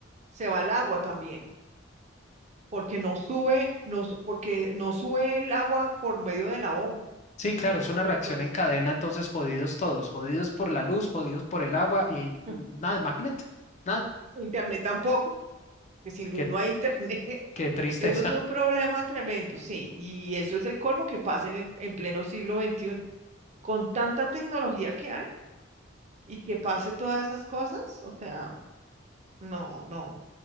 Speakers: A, on the right (about 35°); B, on the left (about 35°).
A: se va el agua también, porque no sube, no, su- porque no sube el agua por medio de la bomba.
B: Sí, claro, es una reacción
A: Entonces,
B: en cadena, entonces jodidos todos, jodidos por la luz, jodidos por el agua y mm,
A: <laughs>
B: nada, imagínate, nada,
A: internet tampoco, que sin luz
B: qué,
A: no hay internet. <laughs>
B: qué tristeza.
A: Eso es un problema tremendo, sí. Y eso es el colmo que pase en, en pleno siglo XXI, con tanta tecnología que hay y que pase todas esas cosas. O sea, no, no.